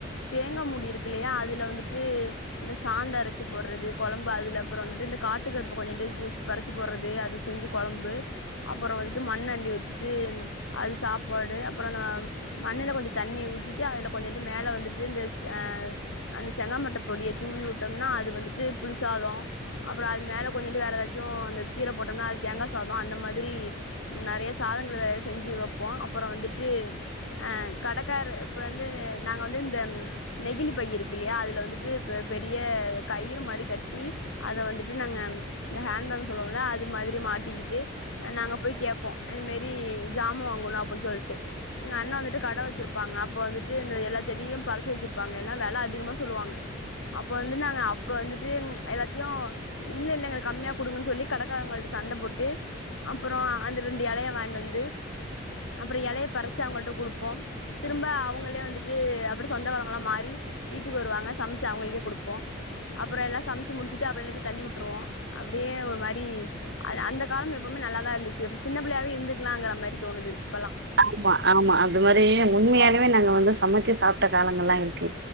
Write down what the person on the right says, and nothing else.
ஆமா ஆமா அது மாரி உண்மையாலுமே நாங்க வந்து சமைச்சு சாப்ட காலங்கள்லா இருக்கு